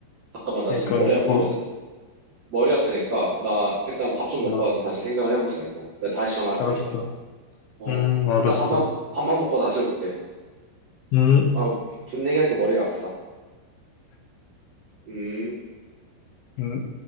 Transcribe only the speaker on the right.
잠깐만, 나
지금 머리 아프거든?
머리 아프니까, 나 일단 밥 좀 먹고
와서 다시 생각을 해보자, 이거. 내가 다시 전화할게,
이따가. 어,
일단 밥만, 밥만 먹고 다시 올게.
어, 돈 얘기하니까 머리가 아프다. 음.